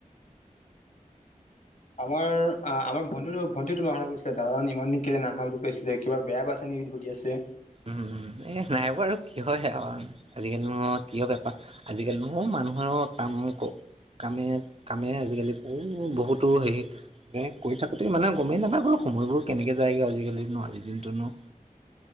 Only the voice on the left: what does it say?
আমাৰ আ আমাৰ ভন্টিটো ভন্টি তোমাৰ কথা কৈছিলে দাদাজন ইমান দিন কেইলে নাহা বুলি কৈছিলে। কিবা বেয়া পাইছে নেকি সুধি আছে।